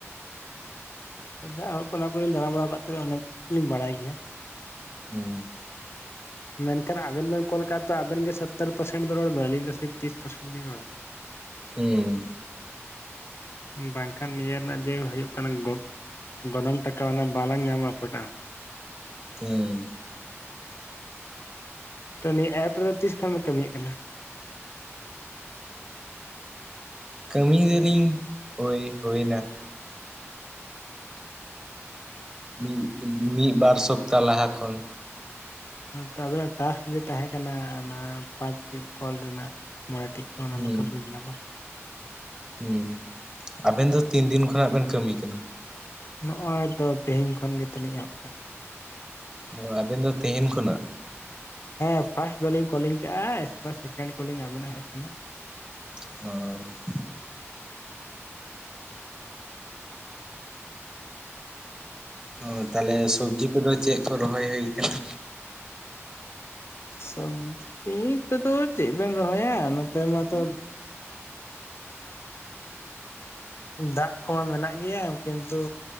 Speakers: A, on the left; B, on the right.
A: ᱡᱟᱭ ᱦᱳᱠ ᱚᱱᱟ ᱠᱚᱞᱤᱧ ᱫᱟᱲᱟ ᱵᱟᱲᱟ ᱟᱠᱟᱫ ᱛᱮ ᱚᱱᱟ ᱠᱚᱞᱤᱧ ᱵᱟᱲᱟᱭ ᱜᱮᱭᱟ᱾
B: ᱦᱩᱸ᱾
A: ᱢᱮᱱᱠᱷᱟᱱ ᱟᱵᱮᱱ ᱵᱮᱱ ᱠᱚᱞ ᱠᱟᱜ ᱛᱚ ᱟᱵᱮᱱ ᱜᱮ ᱥᱚᱛᱛᱚᱨ ᱯᱟᱨᱥᱮᱱ ᱫᱚ ᱨᱚᱲᱢᱮ ᱟᱹᱞᱤᱧ ᱫᱚ ᱛᱤᱥ ᱯᱟᱨᱥᱮᱱ ᱞᱤᱧ ᱨᱚᱲᱟ᱾
B: ᱦᱩᱸ
A: ᱵᱟᱝᱠᱷᱟᱱ ᱱᱤᱭᱟᱹ ᱨᱮᱱᱟᱜ ᱡᱮ ᱦᱳᱭᱳᱜ ᱠᱟᱱᱟ ᱜᱚᱜ ᱜᱚᱱᱚᱝ ᱴᱟᱠᱟ ᱚᱱᱟ ᱵᱟᱞᱟᱝ ᱧᱟᱢᱟ ᱚᱠᱟᱴᱟᱜ ᱾
B: ᱦᱩᱸ
A: ᱛᱚ ᱱᱤᱭᱟᱹ ᱮᱯ ᱨᱮᱫᱚ ᱛᱤᱥ ᱠᱷᱚᱱ ᱵᱮᱱ ᱠᱟᱹᱢᱤᱭᱜ ᱠᱟᱱᱟ?
B: ᱠᱟᱹᱢᱤ ᱫᱚᱞᱤᱧ ᱦᱳᱭ ᱦᱳᱭ ᱱᱟ᱾ ᱢᱤᱫ ᱢᱤᱫ ᱵᱟᱨ ᱥᱚᱯᱛᱟ ᱞᱟᱦᱟ ᱠᱷᱚᱱ᱾
A: ᱛᱟᱦᱞᱮ ᱴᱟᱥᱠ ᱡᱮ ᱛᱟᱦᱮᱸ ᱠᱟᱱᱟ ᱚᱱᱟ ᱯᱟᱸᱪ ᱴᱤ ᱠᱚᱞ ᱨᱮᱱᱟᱜ ᱢᱚᱬᱮ ᱴᱤᱡ᱾ ᱱᱚᱜᱱᱟ
B: ᱦᱩᱸ
A: ᱫᱚ ᱠᱚᱢᱯᱞᱤᱴ ᱱᱟ ᱵᱟᱝ?
B: ᱦᱩᱸ ᱟᱵᱮᱱ ᱫᱚ ᱛᱤᱱ ᱫᱤᱱ ᱠᱷᱚᱱᱟᱜ ᱵᱮᱱ ᱠᱟᱹᱢᱤ ᱠᱟᱱᱟ?
A: ᱱᱚᱜᱚᱭ ᱛᱚ ᱛᱮᱦᱮᱧ ᱠᱷᱚᱱ ᱜᱮᱛᱚᱞᱤᱧ ᱮᱦᱚᱵ ᱠᱟᱜᱟ᱾
B: ᱚ ᱟᱵᱮᱱ ᱫᱚ ᱛᱮᱦᱮᱱ ᱠᱷᱚᱱᱟᱜ
A: ᱦᱮᱸ ᱯᱷᱟᱥᱴ ᱫᱚᱞᱤᱧ ᱠᱚᱞᱤᱝ ᱠᱟᱜᱟ <unintelligible> ᱥᱮᱠᱮᱱᱰ ᱠᱚᱞᱤᱝ ᱟᱵᱮᱱᱟᱜ ᱦᱮᱡ ᱠᱟᱱᱟ᱾
B: ᱚ ᱚ ᱛᱟᱦᱞᱮ ᱥᱚᱵᱽᱡᱤ ᱠᱚᱫᱚ ᱪᱮᱫ ᱠᱚ ᱨᱚᱦᱚᱭ ᱦᱩᱭ ᱠᱟᱱᱟ?
A: ᱥᱚᱵᱡᱤ ᱠᱚᱫᱚ ᱪᱮᱜ ᱵᱮᱱ ᱨᱚᱦᱚᱭᱟ ᱱᱚᱛᱮ ᱢᱟᱛᱚ ᱫᱟᱜ ᱠᱚ ᱢᱮᱱᱟᱜ ᱜᱮᱭᱟ ᱠᱤᱱᱛᱩ